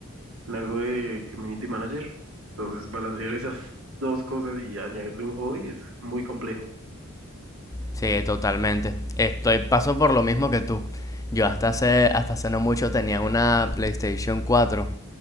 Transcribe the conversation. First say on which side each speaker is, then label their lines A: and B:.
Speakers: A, on the right (about 85°); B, on the left (about 15°).
A: en algo de community manager, entonces balancear esas dos cosas y añadirle un hobby es muy complejo.
B: Sí, totalmente. Estoy paso por lo mismo que tú. Yo hasta hace, hasta hace no mucho tenía una PlayStation cuatro.